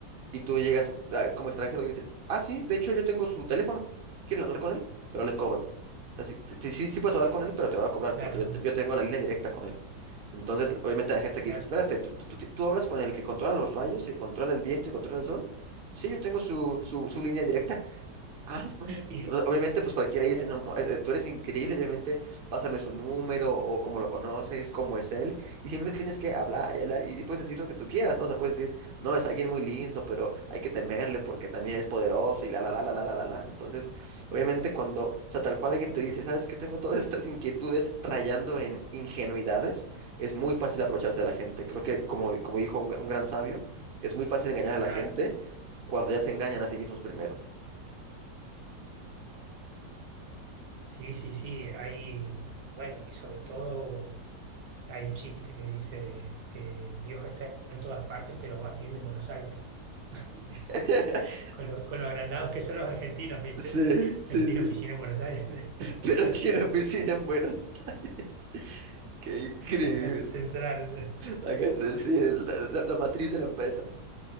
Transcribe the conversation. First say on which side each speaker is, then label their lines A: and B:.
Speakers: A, on the right (about 50°); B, on the right (about 75°).
A: Y tú llegas ah, como extranjero y dices, ah, sí, de hecho yo tengo su teléfono, ¿quieren hablar con él? Pero les cobro. O sea, sí, sí, sí, sí- sí puedes hablar con él, pero te va a cobrar
B: Claro,
A: porque yo, te- yo tengo la línea directa con él. Entonces, obviamente la gente
B: claro.
A: que dice, espérate, ¿tú, tú, tú ti- tú hablas con el que controla los rayos y controla el viento y controla el sol? Sí, yo tengo su, su, su línea directa. Ah, <laughs> pues,
B: Y
A: o- obviamente, pues cualquiera dice,
B: claro,
A: no, mo- eh, tú eres increíble, obviamente, pásame su número o cómo lo conoces, cómo es él, y siempre tienes que hablar y hablar y y puedes decir lo que tú quieras, ¿no? O sea, puedes decir, no, es alguien muy lindo, pero hay que temerle porque también es poderoso y la, la, la, la, la, la, la, la. Entonces, obviamente, cuando, o sea, tal cual alguien te dice, sabes que tengo todas <laughs> estas inquietudes rayando en ingenuidades, es muy fácil aprovecharse de la gente. Creo que, como, como dijo un un gran sabio, es muy fácil engañar
B: claro.
A: a la gente cuando ya se engañan a sí mismos primero.
B: Sí, sí, sí, hay, bueno, y sobre todo Hay un chiste que dice que Dios está en todas partes, pero atiende en Buenos Aires. <laughs>
A: <laughs>
B: Con lo, con lo agrandados que son los argentinos, ¿viste?
A: Sí, sí,
B: Pero tiene
A: sí.
B: oficina en Buenos Aires. <laughs>
A: Pero tiene oficina en Buenos Aires. <laughs> Qué increíble.
B: La casa central.
A: La
B: <laughs>
A: casa, sí, la, la- la matriz de la empresa.